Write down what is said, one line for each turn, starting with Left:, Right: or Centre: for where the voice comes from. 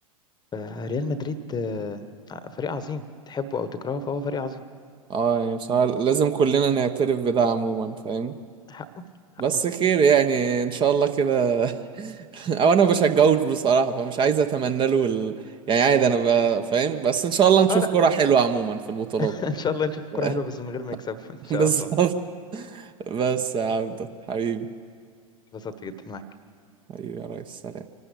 Left: فريال مدريد آه، فريق عظيم تحبه أو تكرهه فهو فريق عظيم
Right: اه يعني بصراحة لازم كلنا نعترف بده عموما فاهم
Left: حقه حقه
Right: بس خير يعني ان شاء الله كده <laughs> او انا بشجعوش بصراحة فمش عايز اتمنى له ال... يعني عادي انا ب... فاهم بس ان شاء الله نشوف
Left: اه لا
Right: كرة حلوة عموما في البطولات
Left: <laughs> ان شاء الله نشوف كورة
Right: <laughs>
Left: حلوة بس من غير ما يكسب <laughs> ان
Right: بالظبط
Left: شاء الله
Right: بس يا عبدو حبيبي
Left: اتبسطت جدا معاك
Right: حبيبي يا ريس سلام